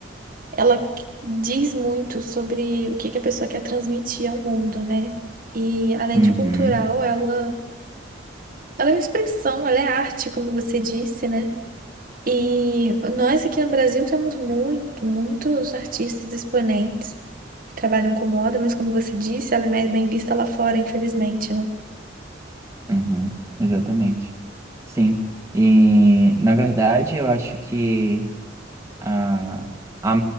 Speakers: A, on the right; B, on the right.
A: ela qu- diz muito sobre o que que a pessoa quer transmitir ao mundo, né? E além
B: Uhum,
A: de cultural, ela, ela é uma expressão, ela é arte, como você disse, né? E nós aqui no Brasil temos muito, muitos artistas exponentes. trabalham com moda, mas como você disse, ela é mais bem vista lá fora, infelizmente, né?
B: uhum, exatamente. Sim. E, na verdade, eu acho que Ah, a-